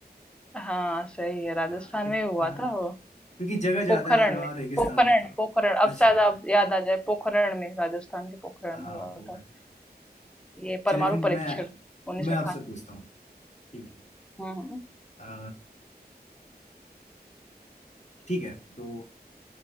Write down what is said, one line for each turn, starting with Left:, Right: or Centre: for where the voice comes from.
Centre: हाँ सही है राजस्थान
Left: हाँ कि-
Centre: में ही हुआ
Left: हाँ,
Centre: था वो
Left: क्योंकि जगह ज्यादा
Centre: पोखरण
Left: है और वहाँ
Centre: में
Left: रेगिस्तान
Centre: पोखरण
Left: है तो
Centre: पोखरण अब
Left: अच्छा
Centre: शायद आप याद आ जाए पोखरण में राजस्थान के पोखरण
Left: हाँ
Centre: में हुआ
Left: वो ना
Centre: था ये परमाणु
Left: चलिए फिर मैं
Centre: परीक्षण उन्नीस
Left: मैं
Centre: सौ
Left: आपसे
Centre: अठानवे
Left: पूछता हूँ ठीक
Centre: हम्म
Left: है ठीक है तो